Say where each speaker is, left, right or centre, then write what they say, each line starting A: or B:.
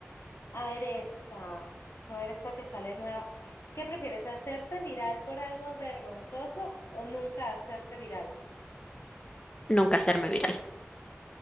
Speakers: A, on the left; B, on the left.
A: A ver esta. A ver esta que sale nueva. ¿Qué prefieres, hacerte viral por algo vergonzoso o nunca hacerte viral?
B: Nunca hacerme viral.